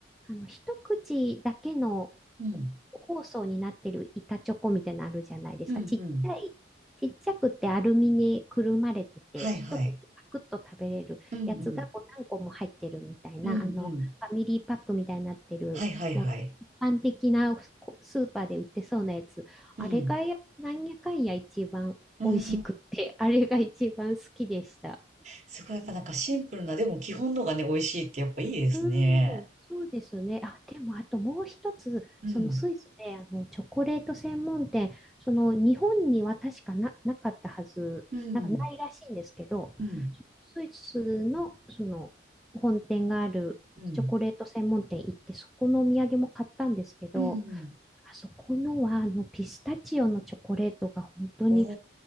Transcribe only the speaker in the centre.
あの、一口だけの
包装になってる板チョコみたいなのあるじゃないですか。
ちっちゃい、ちっちゃくてアルミにくるまれてて、
一口パクッと食べれるやつがこう何個も入ってるみたいな、
あの、ファミリーパックみたいになってる、
もう一般的なこスーパーで売ってそうなやつ。
あれがや、なんやかんや一番美味しくて、
あれが一番好きでした。
うん、そうですね。あ、でも、あともう一つ、
そのスイスで、あの、チョコレート専門店、その、日本には確かな、なかったはず、
なんかないらしいんですけど、
スイスの、その、本店があるチョコレート専門店行って、
そこのお土産も買ったんですけど、
あそこのは、あの、ピスタチオのチョコレートが本当に